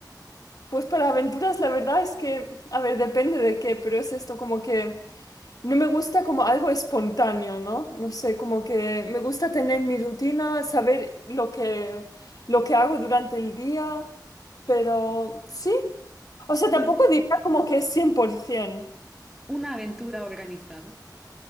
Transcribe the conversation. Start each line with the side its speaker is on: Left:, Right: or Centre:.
Left: Pues para aventuras la verdad es que, a ver, depende de qué, pero es esto como que no me gusta como algo espontáneo, ¿no? No sé, como que me gusta tener mi rutina, saber lo que, lo que hago durante el día, pero sí. O sea, tampoco
Centre: Bueno,
Left: diría como que es 100%.
Centre: una aventura organizada.